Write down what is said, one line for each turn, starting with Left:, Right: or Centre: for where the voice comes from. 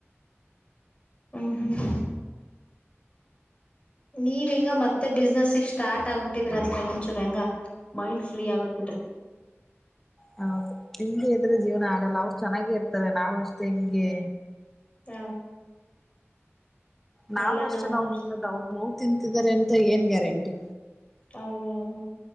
Left: ಹ್ಮ್ ಹ್ಮ್ ಹ್ಮ ನೀವ ಹಂಗ ಮತ್ತೆ ಬಿಸ್ನೆಸ್ಗ್ ಸ್ಟಾರ್ ಆಗ್ಬಿಟ್ಟಿದ್ರ ಅತ್ಗಂಚೂರ್ ಹೆಂಗ ಮೈಂಡ್ ಫ್ರೀಯಗ ಬಿಡ್ರ
Centre: ಹಾ ಹಿಂಗೆ ಇದ್ರೆ ಜೀವನ ಆಗಲ್ಲ ಅವ್ರು ಚೆನ್ನಾಗೇ ಇರ್ತಾರೆ ನಾವ ಅಷ್ಟೇ ಹೆಿಂಗೆ
Left: ಹ
Centre: ನಾವ್
Left: ಎಲ್ಲಾ
Centre: ಅಷ್ಟೇ ನೋ
Left: ಮುಗ್ಸ್
Centre: ತಿನ್ನೋದು ಅವ್ರ ನೋ್ ತಿಂತಿದಿದ್ದಾರೆ ಅಂತ ಏನ್ ಗ್ಯಾರಂಟಿ
Left: ಹೌದೌದ